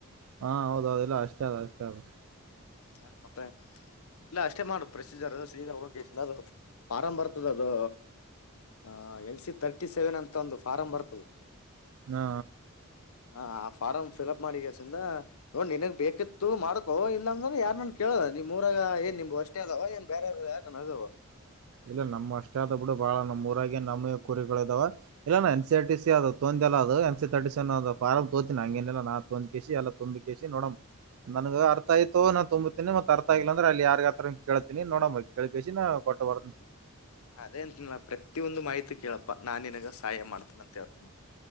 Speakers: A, on the right; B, on the left.
A: ಹಾ ಹೌದೌದುಲ್ಲ ಅಷ್ಟೇ ಅದ ಆಗ್ತ ಅ
B: ಹ ಮತ್ತೆ ಇಲ್ಲ ಅಷ್ಟೇ ಮಾಡುದು ಪ್ರೊಸೀಜರ್ ಅ ಸೀ ಹೋಗಿ ಅದು ಫಾರಂ್ ಬರ್ತದ ಅದು ಹ ಎನ್ ಸಿ ತರ್ಟಿ ಸೆವೆನ್ ಅಂತ ಒಂದು ಫಾರಂ್ ಬರ್ತದೆ
A: ಹಾ
B: ಹ ಆ ಫಾರ್ಮ್ ಫಿಲ್ಅಪ್ ಮಾಡಿಸಿಂದ ನೋ ನಿನಗ್ ಬೇಕಿತ್ತು ಮಾಡ್ಕೊ ಇಲ್ಲ ಅಂದ್ರ ಯಾರ ನಾನನ್ ಕೇಳ ನೀವು್ರಾಗ ಏನ್ ನಿಮ್ ಅಷ್ಟೇ ಅದವ ಏನ್ ಬೇರೆ ಯಾರನ್ ಅದವ
A: ಇಲ್ಲ ನಮ್ಮ್ ಅಷ್ಟೇ ಆದ ಬಿಡು ಬಾಳ ನಮ್ಮ್ ಊರಾಗ ನಮ ಕುರಿಗಳು ಇದಾವ ಇಲ್ಲ ನ ಎನ್ ಸಿ ಆರ್ಟ ಸಿ ಅೊ ಲ್ಲ ಅದು ಎನ್ ಸಿ ತರ್ಟ ಸನ್ ಒ ಾರ್ ತೋತಿನಿ ಹಂಗೇನೆಲ್ಲ ನಾ ತಂದ್ ಕಸಿ ಎಲ್ಲ ತುಂಬಿ ಕಿ ನೋಡ ನನ್ಗಾ ಅರ್ಥ ಆಯ್ತು ನಾನ್ ತುಂಬ್ತಿನಿ ಮತ್ತ್ ಅರ್ಥ ಆಗ್ಲಿಲ್ಲ ಅಂದ್ರೆ ಅಲ್ಲಿ ಯಾರಿಗಾದ್ರು ಹತ್ರ ಕೇಳ್ತಿನಿ ನೋಡ ಮ ಕೇಳ್ ಕಿ ಸಿನ ಕೊಟ್ಟ್ ಬಾರ
B: ಅದೇಅಂತಿನ ಪ್ರತ್ತಿಯೊಂದು ಮಾಹಿತಿ ಕೇಳಪ್ಪ ನಾನು ನಿನ್ಗ ಸಹಾಯ ಮಾಡ್ತೇನ ಅಂತ ಹೇಳ್ತ